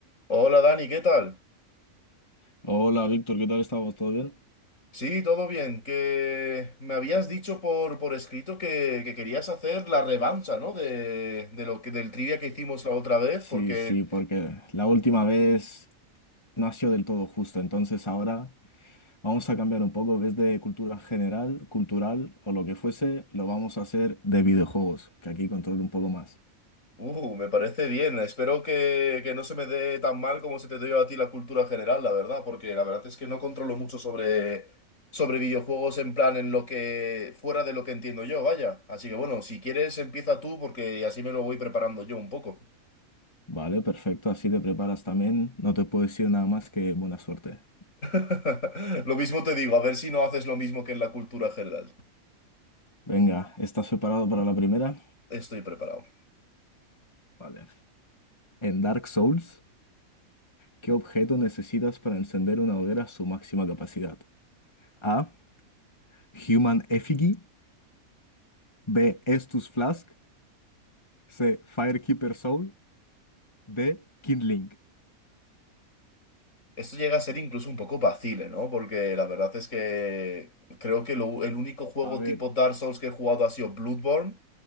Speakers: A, on the left; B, on the left.
A: Hola Dani, ¿qué tal?
B: Hola Víctor, ¿qué tal estamos? ¿Todo bien?
A: Sí, todo bien, que me habías dicho por, por escrito que, que querías hacer la revancha, ¿no? De, de lo que, del trivia que hicimos la otra vez,
B: Sí,
A: porque,
B: sí, porque la última vez no ha sido del todo justo, entonces ahora vamos a cambiar un poco, ves de cultura general, cultural o lo que fuese, lo vamos a hacer de videojuegos, que aquí controlo un poco más.
A: uh, me parece bien, espero que, que no se me dé tan mal como se te dio a ti la cultura general, la verdad, porque la verdad es que no controlo mucho sobre, sobre videojuegos en plan en lo que, fuera de lo que entiendo yo, vaya. Así que bueno, si quieres empieza tú, porque así me lo voy preparando yo un poco.
B: Vale, perfecto, así te preparas también, no te puedo decir nada más que buena suerte.
A: <laughs> Lo mismo te digo, a ver si no haces lo mismo que en la cultura general.
B: Venga, ¿estás preparado para la primera?
A: Estoy preparado.
B: Vale. En Dark Souls, ¿qué objeto necesitas para encender una hoguera a su máxima capacidad? A. Human Effigy. B. Estus Flask. C. Firekeeper Soul. D. Kindling.
A: Esto llega a ser incluso un poco vacile, ¿no? Porque la verdad es que creo que lo- el único juego
B: A ver,
A: tipo Dark Souls que he jugado ha sido Bloodborne